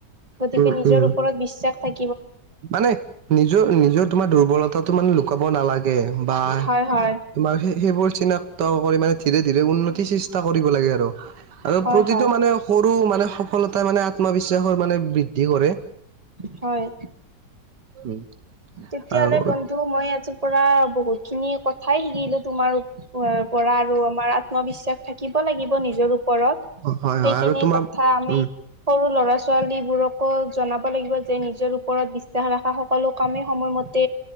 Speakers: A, on the right; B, on the right.
A: গতিকে
B: উম
A: নিজৰ
B: উম
A: ওপৰত বিশ্বাস থাক
B: মানে নিজৰ নিজৰ তোমাৰ দুৰ্বলতাটো মানে লুকাব নালাগে। বা
A: হয় হয়
B: তোমাৰ সেইবোৰ চিনাক্ত কৰি মানে ধ ধৰে উন্নতি চেষ্টা কৰিব লাগে আৰু, আৰু
A: হয়
B: প্ৰতিটো
A: হয়
B: মানে সৰু মানে সফলতাই মানে আত্মবিশ্বাসৰ মানে বৃদ্ধি কৰে।
A: হয়
B: উম
A: তেতিয়াহলে
B: আৰু
A: বন্ধু মই আজিৰ পৰা বহুত খিনি কথাই শিকিলো তোমাৰ পৰা আৰু আমাৰ আত্মবিশ্বাস থাকিব লাগিব নিজৰ ওপৰত
B: হয়
A: সেইখিনি
B: হয় আৰু তোমাৰ
A: কথা আমি
B: উম
A: সৰু ল'ৰা ছোৱালীবোৰকো জনাব লাগিব যে নিজৰ ওপৰত বিশ্বাস ৰখা সকলো কমেই সময়মতে